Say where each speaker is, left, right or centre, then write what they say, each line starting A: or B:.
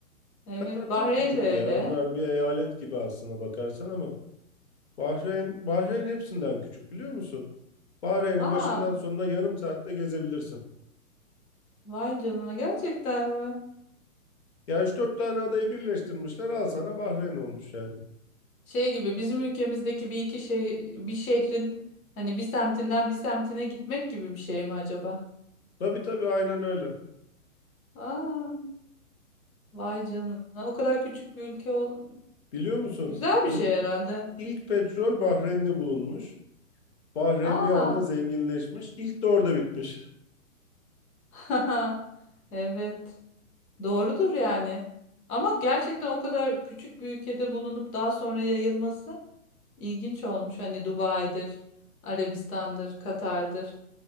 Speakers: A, on the left (about 75°); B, on the left (about 50°).
A: Evet,
B: Katar
A: Bahreyn
B: çok küçük
A: de öyle.
B: ya. Onlar bir eyalet gibi aslına bakarsan ama Bahreyn, Bahreyn hepsinden küçük biliyor musun? Bahreyn'in
A: Aa,
B: başından sonuna yarım saatte gezebilirsin.
A: vay canına gerçekten mi?
B: Ya üç dört tane adayı birleştirmişler al sana Bahreyn olmuş yani.
A: Şey gibi bizim ülkemizdeki bir iki şey bir şehrin hani bir semtinden bir semtine gitmek gibi bir şey mi acaba?
B: Tabii tabii aynen öyle.
A: Aa, vay canına. O kadar küçük bir ülke ol.
B: Biliyor musun
A: Güzel
B: İlk
A: bir şey herhalde.
B: ilk petrol Bahreyn'de bulunmuş. Bahreyn
A: Aa.
B: bir anda zenginleşmiş. İlk de orada bitmiş.
A: <laughs> Evet. Doğrudur yani. Ama gerçekten o kadar küçük bir ülkede bulunup daha sonra yayılması ilginç olmuş. Hani Dubai'dir, Arabistan'dır, Katar'dır.